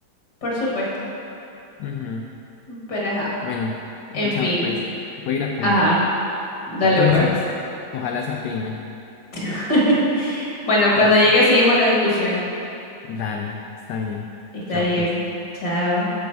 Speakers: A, on the left; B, on the left.
A: Por supuesto.
B: Ujú.
A: Pero ajá.
B: Bueno, escúchame
A: En fin.
B: pues, voy a ir a comer.
A: Ajá. Dale
B: Entonces,
A: pues.
B: ojalá sea piña.
A: <laughs> Bueno, cuando
B: Listo.
A: llegue seguimos la discusión.
B: Dale, está bien.
A: Está
B: Chao
A: bien.
B: pues.
A: Chao.